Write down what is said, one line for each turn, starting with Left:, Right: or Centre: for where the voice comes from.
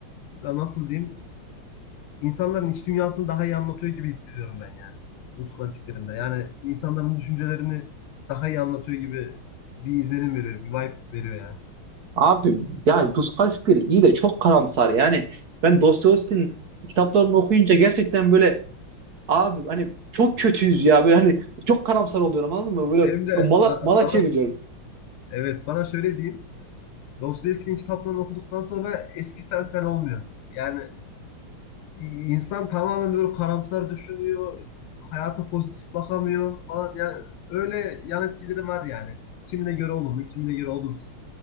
Left: da nasıl diyeyim insanların iç dünyasını daha iyi anlatıyor gibi hissediyorum ben yani. Rus klasiklerinde. Yani insanların düşüncelerini daha iyi anlatıyor gibi bir izlenim veriyor, bir vibe veriyor yani.
Right: Abi yani Puskás bir iyi de çok karamsar yani. Ben Dostoyevski'nin kitaplarını okuyunca gerçekten böyle abi hani çok kötüyüz ya böyle hani çok karamsar oluyorum anladın mı? Böyle
Left: Hem de
Right: mala,
Left: sa-
Right: mala
Left: sana,
Right: çeviriyorum
Left: evet sana şöyle diyeyim. Dostoyevski'nin kitaplarını okuduktan sonra eski sen sen olmuyor. Yani İnsan tamamen böyle karamsar düşünüyor, hayata pozitif bakamıyor falan. Yani öyle yan etkileri var yani. Kimine göre olumlu, kimine göre olumsuz.